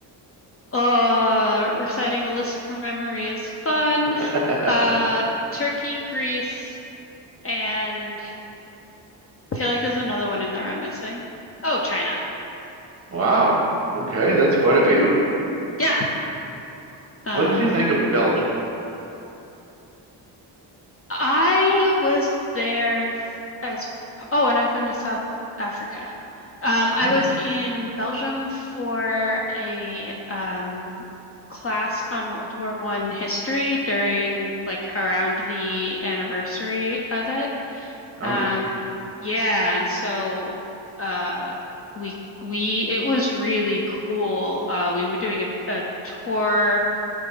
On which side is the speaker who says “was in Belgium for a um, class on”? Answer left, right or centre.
Left